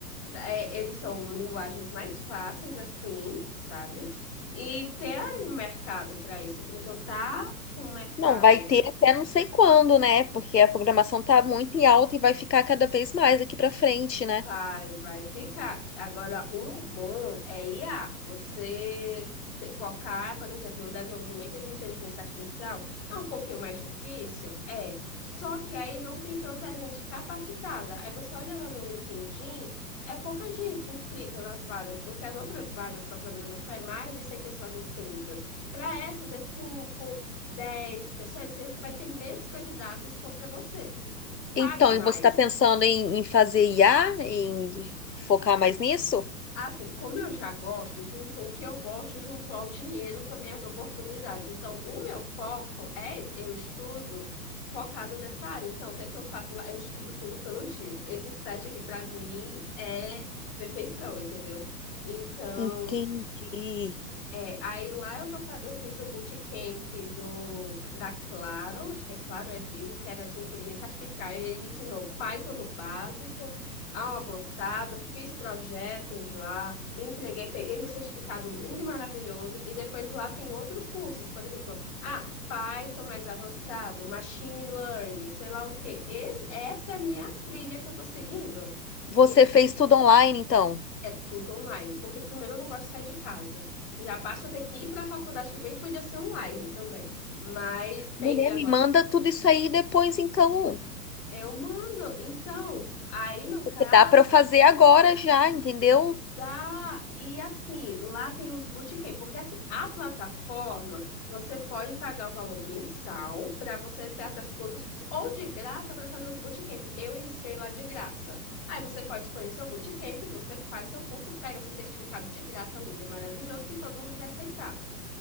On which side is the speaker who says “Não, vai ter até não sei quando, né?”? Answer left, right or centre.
Left